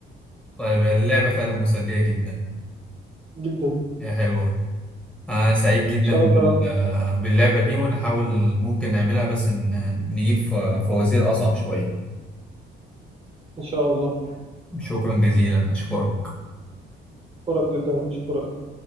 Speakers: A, in the centre; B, on the right (about 30°).
A: طيب اللعبة فعلا مسلية جدا
B: جدا إن
A: هي حلوة أنا سعيد جدا
B: شاء
A: بال-
B: الله انقرأت
A: باللعبة دي ونحاول ممكن نعملها بس إن نجيب ف- فوازير أصعب شوية
B: إن شاء الله
A: شكرا جزيلا أشكرك
B: أشكرك جدا أشكرك